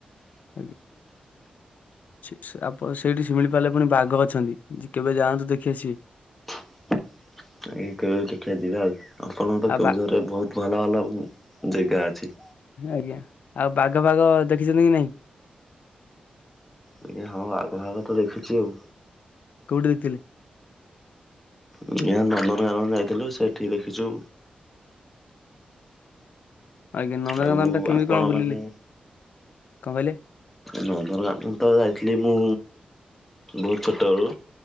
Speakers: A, on the left (about 65°); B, in the centre.
A: ଆଜ୍ଞା। ସେ ସେ ଟି ଆପଣ ସେଇଠି ଶିମିଳିପାଳ ରେ ପୁଣି ବାଘ ଅଛନ୍ତି କେବେ ଯାଆନ୍ତୁ ଦେଖି ଆସିବେ।
B: <unintelligible> ଏଇ କେବଳ ଦେଖିବା ଯିବା ଆଉ ଆପଣଙ୍କ ତ
A: ଆଉ
B: କେଉଁଝରରେ
A: ବା
B: ବହୁତ ଭଲ ଭଲ ଜାଗା ଅଛି।
A: ଆଜ୍ଞା ଆଉ ବାଘ ଫାଘ ଦେଖିଛନ୍ତି କି ନାହିଁ?
B: ଆଜ୍ଞା ହଁ ବାଘ ଫାଗ ତ ଦେଖିଛି ଆଉ।
A: ଦେଖିଲେ
B: ଆଜ୍ଞା ନନ୍ଦନକାନନ ଯାଇଥିଲୁ ସେଠି ଦେଖିଛୁ।
A: ଆଜ୍ଞା ନନ୍ଦନକାନନ
B: ଆଉ
A: ଟା କେମିତି
B: ଆପଣ
A: କଣ
B: ମାନେ
A: ବୁଲିଲେ କଣ କହିଲେ।
B: ନନ୍ଦନକାନନ ତ ଯାଇଥିଲି ମୁଁ ବହୁତ ଛୋଟ ବେଳୁ